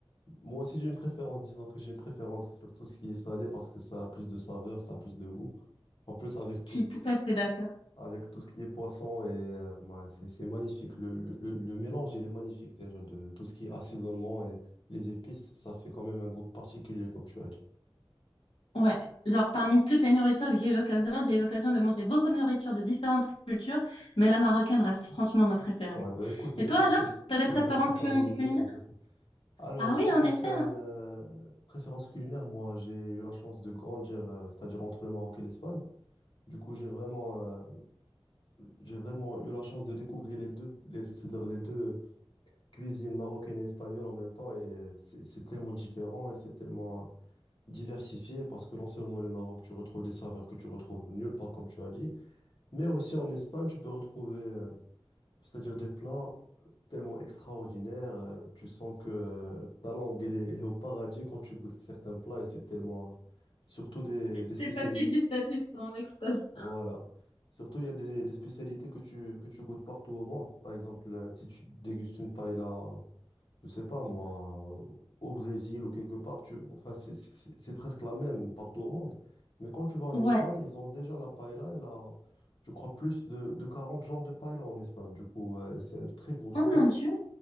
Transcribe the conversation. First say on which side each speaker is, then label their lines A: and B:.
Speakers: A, on the left; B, on the left.
A: moi aussi, j'ai une préférence. Disons que j'ai une préférence sur tout ce qui est salé parce que ça a plus de saveur, ça a plus de goût. En plus, avec
B: Je suis tout à fait d'accord.
A: avec tout ce qui est poisson et euh, ouais, c'est c'est magnifique. Le, le, le- le mélange, il est magnifique déjà de tout ce qui est assaisonnement et les épices, ça fait quand même un goût particulier, comme tu as dit.
B: Ouais, genre parmi toutes les nourritures que j'ai eu l'occasion, j'ai eu l'occasion de manger beaucoup de nourritures de différentes cultures, mais la marocaine reste franchement ma préférée.
A: Ouais, bah écoute,
B: Et
A: il
B: toi
A: est classé,
B: alors, t'as des préférences
A: il est classé parmi
B: culi-
A: les meilleurs.
B: culinaires?
A: <laughs> Alors,
B: Ah oui,
A: ce qui
B: en
A: concerne
B: effet, hein,
A: euh, préférence culinaire, moi, j'ai eu la chance de grandir, euh, c'est-à-dire entre le Maroc et l'Espagne. Du coup, j'ai vraiment, euh, j'ai vraiment eu la chance de découvrir les deux, les, c'est-à-dire les deux cuisines marocaines et espagnole en même temps, et euh, c'est c'est tellement différent et c'est tellement diversifié parce que non seulement le Maroc, tu retrouves des saveurs que tu retrouves nulle part, comme tu as dit, mais aussi en Espagne, tu peux retrouver, euh, c'est-à-dire des plats tellement extraordinaires. euh, tu sens que euh, ta langue, elle est, elle est au paradis quand tu goûtes certains plats et c'est tellement. Surtout des, des spécialités.
B: tes papilles gustatives sont en extase.
A: Voilà. Surtout, il y a des, des spécialités que tu, que tu goûtes partout au monde. Par exemple, euh, si tu dégustes une paella je sais pas moi, euh, au Brésil ou quelque part, tu, enfin, c'est c'est- c'est- c'est presque la même partout au monde. Mais quand tu vas en
B: Ouais.
A: Espagne, ils ont déjà la paella et la, je crois, plus de, de 40 genres de paella en Espagne. Du coup, euh, c'est un très gros choix.
B: Oh mon Dieu.